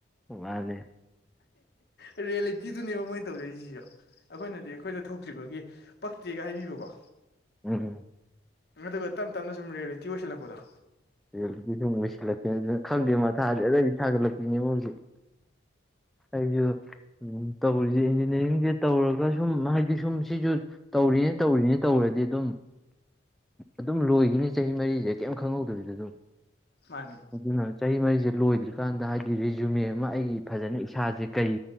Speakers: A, in the centre; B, on the left.
A: ꯋꯥꯅꯦ
B: ꯔꯔꯤꯌꯦꯂꯤꯖꯤ ꯑꯗꯨꯅꯦꯕ ꯃꯣꯏꯅ ꯇꯧꯖꯩꯔꯤꯁꯤꯁꯨ ꯑꯩꯈꯣꯏꯅꯗꯤ ꯑꯩꯈꯣꯏꯗ ꯊꯣꯛꯇ꯭ꯔꯤꯕꯒꯤ ꯄꯛꯇꯦꯒ ꯍꯥꯏꯕꯤꯕꯀꯣ
A: ꯎꯝ
B: ꯑꯗꯨꯒ ꯇꯞ ꯇꯞꯅ ꯁꯨꯝ ꯔꯤꯌꯦꯂꯤꯇꯤ ꯑꯣꯏꯁꯜꯂꯛꯄꯗꯣ
A: ꯦꯜꯒꯤ ꯁꯨꯝ ꯃꯩꯁꯤꯜꯂꯛꯄꯦꯅ ꯑꯗꯨ ꯈꯪꯗꯦ ꯃꯊꯥꯁꯦ ꯑꯩꯗꯤ ꯁꯥꯒꯠꯂꯛꯄꯤꯅꯦꯕ ꯍꯧꯖꯤꯛ ꯑꯩꯁꯨ ꯇꯧꯔꯤꯁꯦ ꯏꯟꯖꯤꯅꯤꯌꯥꯔꯤꯡꯁꯦ ꯇꯧꯔꯒ ꯁꯨꯝ ꯍꯥꯏꯗꯤ ꯁꯨꯝ ꯁꯤꯁꯨ ꯇꯧꯔꯤꯅꯦ ꯇꯧꯔꯤꯅꯦ ꯇꯧꯔꯗꯤ ꯑꯗꯨꯝ ꯑꯗꯨꯝ ꯂꯣꯏꯈꯤꯅꯤ ꯆꯍꯤ ꯃꯔꯤꯁꯦ ꯀꯔꯤꯝ ꯈꯪꯍꯧꯗꯕꯤꯗ ꯑꯗꯨꯝ
B: ꯃꯥꯅꯦ
A: ꯑꯗꯨꯅ ꯆꯍꯤ ꯃꯔꯤꯁꯦ ꯂꯣꯏꯗ꯭ꯔꯤꯀꯥꯟꯗ ꯍꯥꯏꯗꯤ ꯔꯤꯖꯨꯃꯦ ꯑꯃ ꯑꯩꯒꯤ ꯐꯖꯅ ꯏꯁꯥꯁꯦ ꯀꯩ